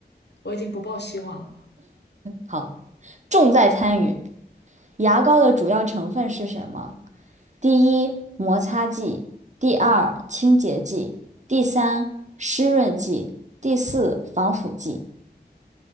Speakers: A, on the left; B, on the right.
A: 我已经不抱希望了。
B: 好，重在参与。牙膏的主要成分是什么？第一，摩擦剂；第二，清洁剂；第三，湿润剂；第四，防腐剂。